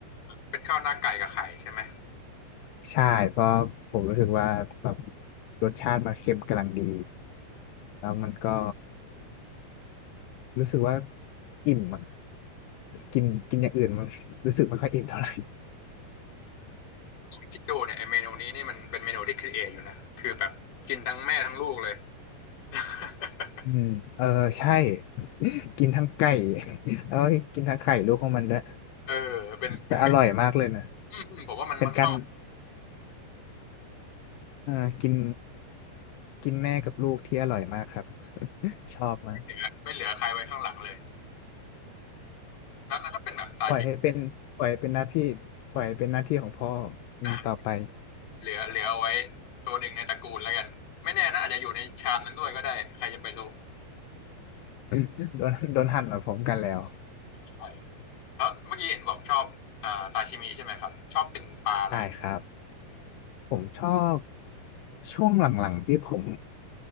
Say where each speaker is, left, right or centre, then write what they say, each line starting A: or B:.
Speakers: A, on the left; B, on the left.
A: เป็นข้าวหน้าไก่กับไข่ใช่ไหม
B: <laughs> ใช่เพราะผมรู้สึกว่าแบบรสชาติมันเค็มกำลังดีแล้วมันก็รู้สึกว่าอิ่มอะกินกินอย่างอื่นมัน <laughs> รู้สึกไม่ค่อยอิ่มเท่าไหร่
A: คิดดูเนี่ยไอเมนูนี้นี่มันเป็นเมนูที่ครีเอทอยู่นะคือแบบกินทั้งแม่ทั้งลูกเลย <laughs>
B: อืมเออใช่ <laughs> กินทั้งไก่ <laughs> แล้วก็กินทั้งไข่ลูกของมันด้วย
A: เออเป็นเป็นเมนู
B: แต่อร่อยมากเลยนะ
A: อืมอืมผมว่ามันมันเข้า
B: เป็นการเออกินกินแม่กับลูกที่อร่อยมากครับ <laughs> ชอบมาก
A: เหลือไม่เหลือใครไว้ข้างหลังเลยแล้วถ้าเป็นแบบซาชิมิ
B: ปล่อยให้เป็นปล่อยให้เป็นหน้าที่ปล่อยให้เป็นหน้าที่ของพ่ออืมต่อไป
A: อ่ะเหลือเหลือเอาไว้ตัวหนึ่งในตระกูลแล้วกัน ไม่แน่นะอาจจะอยู่ในชามนั้นด้วยก็ได้ใครจะไปรู้
B: <laughs> โดนโดนหั่นเหมือนผมกันแล้ว
A: ใช่แล้วเมื่อกี้เห็นบอกชอบอ่าซาชิมิใช่ไหมครับ ชอบเป็นปลาอะไรเหรอ
B: ใช่ครับผมชอบช่วงหลังๆที่ผม